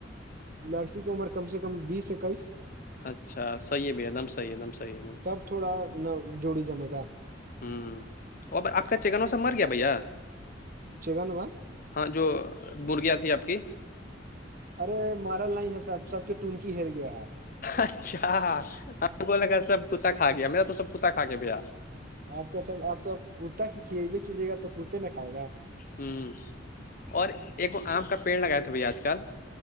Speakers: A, on the right; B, on the left.
A: لڑکی کی عمر کم سے کم بیس اکیس
B: اچھا صحیح بھی ہے ایک دم صحیح ایک دمحیح ایک دم
A: تب تھوڑا نہ جوڑی جمے گا
B: ہوں اور آپ کا چکن و سب مر گیا بھیا
A: چگن و
B: ہاں جو برغیاں تھی آپ کی
A: ارے مارل نہیں ہے سحب سب کے ٹونکی ہر گیا ہے
B: اچھا کولاگا سب کتا کھا گیا میرا تو سب کتا کھا کےیا بیا
A: آپ کے سب آپ تو اپ کتا کی کھے بھیے کیجیے گا تو کوتے نہ کھائے گا
B: ہوں اور ایک آم کا پیڑ لگائے تھے بھائی آج کل